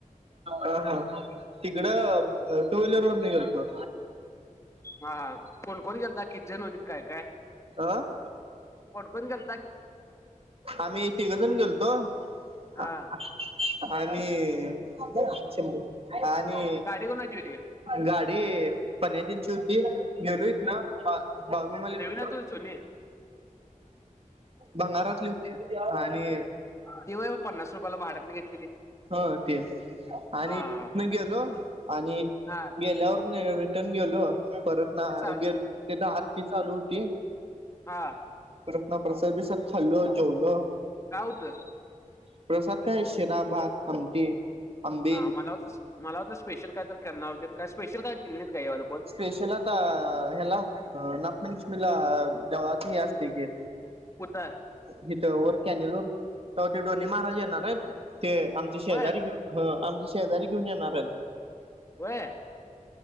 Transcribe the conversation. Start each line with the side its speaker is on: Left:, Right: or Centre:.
Right: ह ह तिकडं टू व्हीलरनं गेलतो.
Left: हा हा कोणकोण गेलता किती जण वगैर काय काय
Right: अ -
Left: कोण कोण गेल
Right: आम्ही तिघजन गेलतो <inaudible>
Left: हा
Right: आणि शंब आणि
Left: गाडी कोणाची होती
Right: गाडी पन दिनची <unintelligible> होती गेलो इथनं बा मलिक
Left: तु जुनी
Right: बभंगारातली होती आणि
Left: तीवय पन्नास रुपयाला भाडतनं घेतली.
Right: ह ती आणि
Left: हा
Right: तीतनं
Left: हा
Right: गेलो आणि
Left: हा
Right: गेल्यावर नं रिटर्न गेलो परत ना
Left: ते चालू
Right: गे तिथ आरती चालू होती.
Left: हा
Right: परत्न प्रसाद बीसाद खाल्लो जेवलो
Left: काय होतय?
Right: प्रसाद काय शिरा, भात, आमटी आंबील
Left: हा मला वाटलं मला वाटलं ना स्पेशल काय तर करणार आते काय स्पेशल कायित का याला कोण
Right: स्पेशल आता ह्याला नागपंचमी देवळात हे असतय की
Left: कुठं
Right: हिथ वर कॅनल वर ते डोन्नी महाराज येणार आहेत ते आमचे शेजारी
Left: होय
Right: घेऊ ह आमच्या शेजारी घेऊन येणार आहेत
Left: कुह